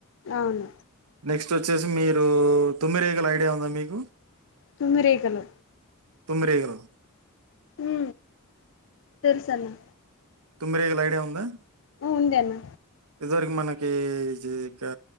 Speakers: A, on the left; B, on the right.
A: అవును
B: నెక్స్ట్ వచ్చేసి మీరు తొమ్మిరేగలు ఐడియా ఉందా మీకు
A: తొమ్మిరేగలు
B: తొమ్మిరేగలు
A: ఉ తెలుసన్న
B: తొమ్మిరేగలు ఐడియా ఉందా
A: ఉంది అన్న
B: ఇదివరకు మనకి ఇంకా